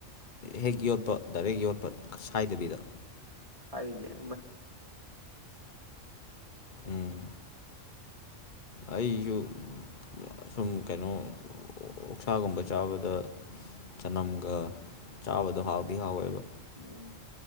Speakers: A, on the left; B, on the right.
A: ꯍꯦꯛ ꯌꯣꯠꯄ ꯗꯥꯏꯔꯦꯛ ꯌꯣꯠꯄ ꯁꯥꯏꯗꯕꯤꯗ
B: ꯍꯥꯏꯔꯤ <unintelligible>
A: ꯎꯝ ꯑꯩꯁꯨ ꯑꯥꯁꯨꯝ ꯀꯩꯅꯣ ꯑꯣꯛꯁꯥꯒꯨꯝꯕ ꯆꯥꯕꯗ ꯆꯅꯝꯒ ꯆꯥꯕꯗꯣ ꯍꯥꯎꯗꯤ ꯍꯥꯎꯋꯦꯕ
B: ꯎꯝ